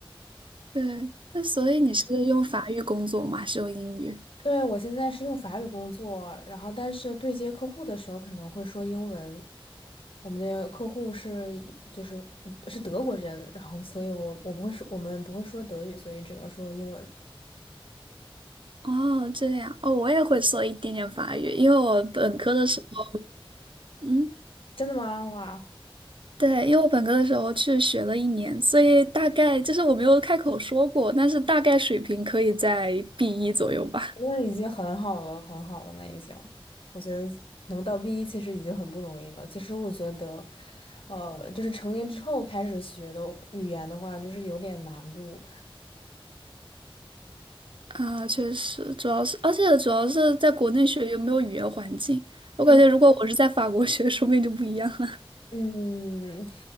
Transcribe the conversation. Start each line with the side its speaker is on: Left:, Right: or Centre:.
Right: 对，那所以你是用法语工作吗？还是用英语？
Left: 对，我现在是用法语工作，然后但是对接客户的时候可能会说英文。我们的客户是一就是是德国人，然后所以我我不会说我们不会说德语，所以只能说英文。
Right: 哦，这样哦，我也会说一点点法语，因为我本科的时候，嗯，
Left: 真的吗？哇！
Right: 对，因为我本科的时候去学了一年，所以大概就是我没有开口说过，但是大概水平可以在 B1 左右吧。
Left: 那已经很好了，很好了，那已经，我觉得能到 B 一其实已经很不容易了。其实我觉得，呃，就是成年之后开始学的语言的话，就是有点难度。
Right: 啊，确实，主要是，而且主要是在国内学有没有语言环境，我感觉如果我是在法国学，
Left: 嗯，
Right: 说不定就不一样了。
Left: 嗯